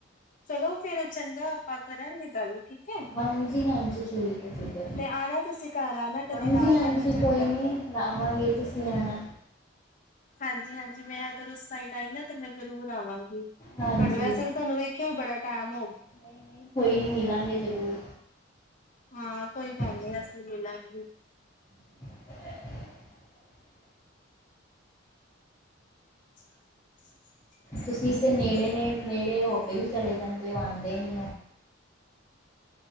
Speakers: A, on the left; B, on the left.
A: ਚਲੋ ਫੇਰ ਚੰਗਾ ਆਪਾਂ ਕਰਾਂਗੇ ਗੱਲ ਠੀਕ ਹੈ
B: ਹਾਂਜੀ ਹਾਂਜੀ ਠੀਕ ਹੈ ਠੀਕ ਹੈ ਜੀ
A: ਤੇ ਆਣਾ ਤੁਸੀਂ ਘਰ ਆਣਾ ਕਦੀ
B: ਹਾਂਜੀ
A: ਲਾ
B: ਹਾਂਜੀ
A: ਜਾਣਾ ਚੱਕਰ
B: ਕੋਈ ਨੀ ਆਵਾਂਗੇ ਤੁਸੀਂ ਆਣਾ।
A: ਹਾਂਜੀ ਹਾਂਜੀ ਮੈਂ ਅਗਰ ਉਸ ਸਾਈਡ ਆਈ ਨਾ ਤੇ ਮੈਂ ਜ਼ਰੂਰ ਆਵਾਂਗੀ
B: ਹਾਂਜੀ,
A: ਪਰ ਵੈਸੇ
B: ਹਾਂ।
A: ਵੀ ਤੁਹਾਨੂੰ ਵੇਖਿਆ ਵੀ ਬੜਾ ਟਾਈਮ
B: ਨਹੀਂ-ਨਹੀਂ, ਕੋਈ ਨੀ ਮਿਲਾਂਗੇ ਜ਼ਰੂਰ।
A: ਹਾਂ
B: ਹਾਂਜੀ,
A: ਕੋਈ ਗੱਲ ਨੀ ਅਸੀਂ ਲੈ ਲਾਂਗੇ
B: ਹ
A: <inaudible>
B: ਤੁਸੀਂ ਤੇ ਨੇੜੇ ਨੇ ਨੇੜੇ ਹੋ ਕੇ ਵੀ ਚਲੇ ਜਾਂਦੇ ਹੋ ਆਉਂਦੇ ਨੀ